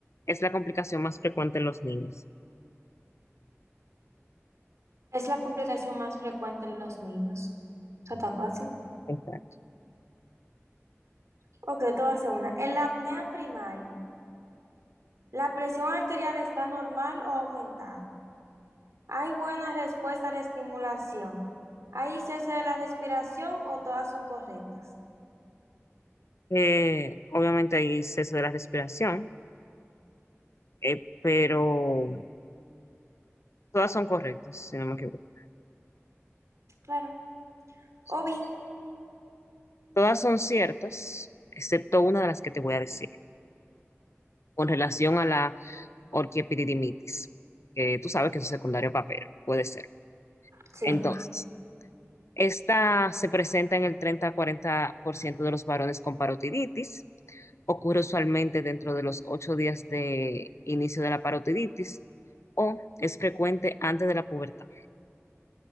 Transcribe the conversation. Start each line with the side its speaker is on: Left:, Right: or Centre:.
Left: es la complicación más frecuente en los niños.
Right: Es la complicación más frecuente en los niños. Eso está fácil.
Left: Exacto.
Right: Ok, te voy a hacer una. En la apnea primaria, ¿la presión arterial está normal o aumentada? ¿Hay buena respuesta a la estimulación? ¿Hay cese de la respiración o todas son correctas?
Left: Eh, obviamente hay cese de la respiración, eh, pero todas son correctas, si no me equivoco.
Right: Claro.
Left: Sí.
Right: Obi,
Left: Todas son ciertas, excepto una de las que te voy a decir. con relación a la orquiepididimitis, que tú sabes que es un secundario a papero, puede ser.
Right: sí.
Left: Entonces, esta se presenta en el treinta cuarenta por ciento de los varones con parotiditis, ocurre usualmente dentro de los 8 días de inicio de la parotiditis o es frecuente antes de la pubertad.